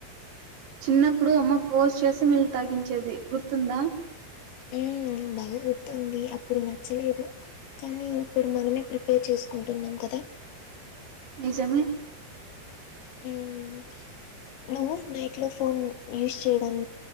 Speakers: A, on the right; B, on the left.
A: చిన్నప్పుడు అమ్మ ఫోర్స్ చేసి మిల్క్ తాగించేది గుర్తుందా.
B: ఉ బాగా గుర్తుంది అప్పుడు నచ్చలేదు. కానీ ఇప్పుడు మనమే ప్రిపేర్ చేసుకుంటున్నాం కదా.
A: నిజమే
B: హ్ నువ్వు నైట్ లో ఫోన్ యూజ్ చేయడం